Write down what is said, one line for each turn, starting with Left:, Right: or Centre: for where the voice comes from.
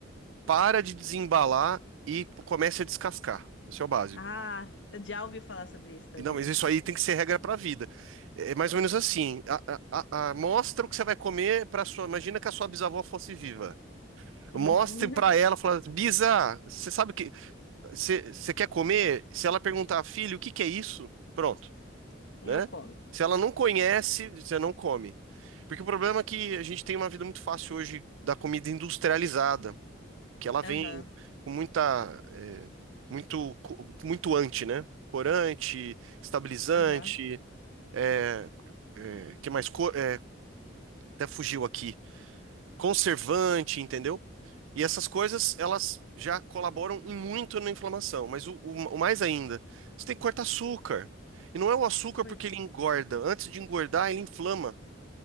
Right: Para de desembalar e comece a descascar. Esse é o básico.
Left: Ah, eu já ouvi falar sobre isso também.
Right: E Não, mas isso aí tem que ser regra para a vida. É é mais ou menos assim. A- a- a- a- mostra o que você vai comer para sua. Imagina que a sua bisavó fosse viva.
Left: Uhum.
Right: Mostre para
Left: <laughs>
Right: ela, fala, Bisa, você sabe o que você você quer comer? Se ela perguntar, filho, o que que é isso? Pronto.
Left: Não
Right: né?
Left: come.
Right: Se ela não conhece, você não come. Porque o problema é que a gente tem uma vida muito fácil hoje da comida industrializada, que ela vem
Left: Aham.
Right: com muita, é, muito, co- muito anti né? Corante, estabilizante,
Left: Aham.
Right: é, é, que mais? Co- é, até fugiu aqui. Conservante, entendeu? E essas coisas, elas já colaboram em muito na inflamação, mas o, o- o mais ainda, você tem que cortar açúcar. E não é o açúcar
Left: Pois
Right: porque ele
Left: é.
Right: engorda. Antes de engordar, ele inflama.